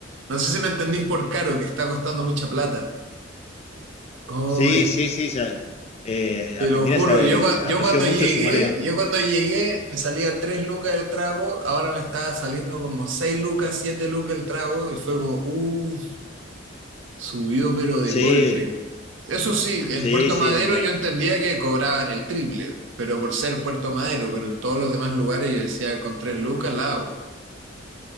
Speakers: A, on the right (about 75°); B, on the left (about 35°).
A: no sé si me entendís por caro, que está costando mucha plata. Uy.
B: Sí, sí, sí. se- eh,
A: Te
B: Argentina
A: lo juro,
B: se
A: yo, cua-
B: eh, apreció
A: yo cuando
B: mucho
A: llegué,
B: su moneda.
A: yo cuando llegué me salía 3 lucas el trago, ahora me estaba saliendo como 6 lucas, 7 lucas el trago y fue como, uh, subió pero de
B: Sí,
A: golpe. Eso sí, en
B: sí,
A: Puerto
B: sí,
A: Madero
B: ni hablar.
A: yo entendía que cobraban el triple, pero por ser Puerto Madero, pero en todos los demás lugares yo decía, con 3 lucas la hago.